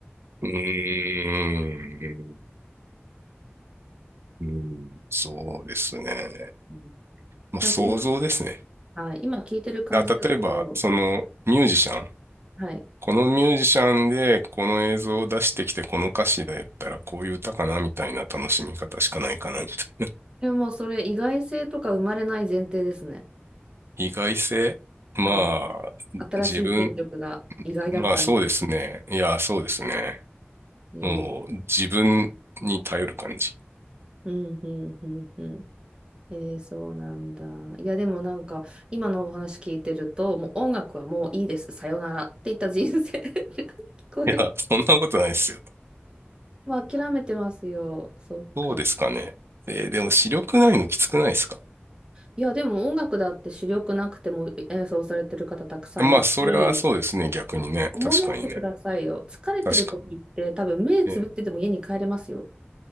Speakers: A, on the right; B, on the right.
A: うーん。うんそうですね。
B: うん
A: まあ、
B: なんか
A: 想像ですね。
B: はい、今聞いてる感じだと、
A: あ、例えば、そのミュージシャン、
B: はい。
A: このミュージシャンでこの映像を出してきてこの歌詞でやったらこういう歌かなみたいな楽しみ方しかないかなみたいな。
B: でもそれ意外性とか生まれない前提ですね。
A: 意外性まあ、
B: あの、新しい選曲が意外だったみたいな。
A: 自分、まあそうですね。いや、そうですね。
B: えー、
A: もう自分に頼る感じ。
B: うん、うん、うん、うん。えー、そうなんだ。いや、でもなんか、今のお話聞いてると、もう音楽はもういいです。さよならって言った人生 <laughs> 聞こえる。
A: いや、そんなことないですよ。
B: まあ諦めてますよ。そっか。
A: そうですかね。えーでも視力ないのきつくないですか
B: いや、でも音楽だって主力なくても演奏されてる方たくさんいるし、
A: まあ、それはそうですね。逆にね。
B: 思い出してくださいよ。
A: 確かにね。
B: 疲れてる時って多分目つぶってても家に帰れますよ。
A: 確かに。えー